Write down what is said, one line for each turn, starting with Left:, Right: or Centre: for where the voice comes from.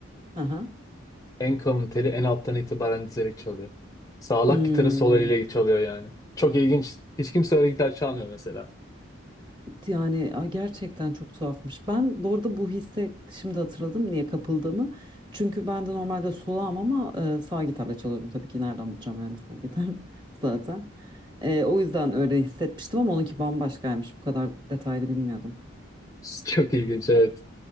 Right: Aha.
Left: En kalın teli en alttan itibaren dizerek çalıyor. Sağlak
Right: Hmm.
Left: gitarı sol eliyle çalıyor yani. Çok ilginç. Hiç kimse öyle gitar çalmıyor mesela.
Right: Yani a, gerçekten çok tuhafmış. Ben bu arada bu hisse şimdi hatırladım niye kapıldığımı. Çünkü ben de normalde solağım ama e, sağ gitarla çalıyordum. Tabii ki nereden bulacağım yani sol gitar <laughs> zaten. E, o yüzden öyle hissetmiştim ama onunki bambaşkaymış. Bu kadar detaylı bilmiyordum.
Left: <laughs> Çok ilginç evet.